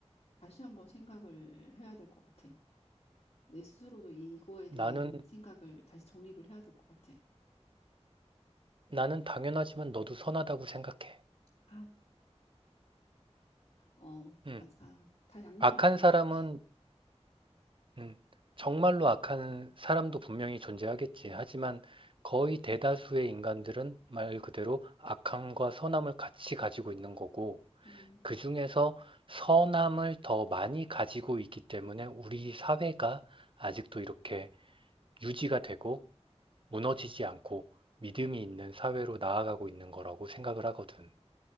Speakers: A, on the left; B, on the right.
A: 다시 한번 생각을 해야 될 것 같아. 내 스스로도 이거에 대한
B: 나는,
A: 생각을 다시 정립을 해야 될 것 같아.
B: 나는 당연하지만 너도 선하다고 생각해.
A: 아, 어,
B: 음,
A: 맞아. 다 양면이
B: 악한
A: 있는
B: 사람은,
A: 것 같아.
B: 음, 정말로 악한 사람도 분명히 존재하겠지. 하지만 거의 대다수의 인간들은 말 그대로 악함과 선함을 같이 가지고 있는 거고,
A: 음,
B: 그 중에서 선함을 더 많이 가지고 있기 때문에 우리 사회가 아직도 이렇게 유지가 되고 무너지지 않고 믿음이 있는 사회로 나아가고 있는 거라고 생각을 하거든.